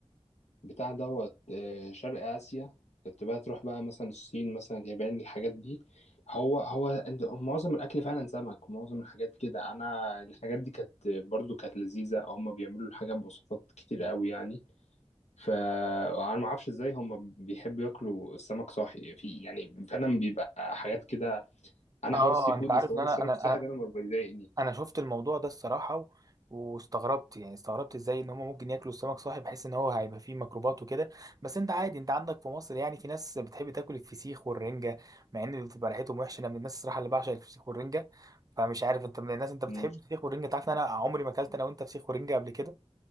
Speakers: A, on the left (about 80°); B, on the right (about 35°).
A: بتاع دوت آه، شرق آسيا كنت بقى تروح بقى مثلا الصين مثلا اليابان الحاجات دي هو هو أنت- معظم الأكل فعلا سمك معظم الحاجات كده أنا الحاجات دي كانت برضو كانت لذيذة هما بيعملوا الحاجات بوصفات كتير قوي يعني فانا ما اعرفش ازاي هم بيحبوا ياكلوا السمك صاحي في يعني فعلا بيبقى حاجات كده انا
B: اه
A: حوار السي فود
B: انت عارف
A: وحوار
B: ان انا
A: السمك
B: انا
A: الصاحي ده انا ما بيضايقني
B: انا شفت الموضوع ده الصراحه و... واستغربت يعني استغربت ازاي ان هم ممكن ياكلوا السمك صاحي بحيث ان هو هيبقى فيه ميكروبات وكده بس انت عادي انت عندك في مصر يعني في ناس بتحب تاكل الفسيخ والرنجه مع ان بتبقى ريحتهم وحشه انا من الناس الصراحه اللي بعشق الفسيخ والرنجه فمش عارف انت من الناس انت بتحب
A: مم.
B: الفسيخ والرنجه تعرف ان انا عمري ما اكلت انا وانت فسيخ ورنجه قبل كده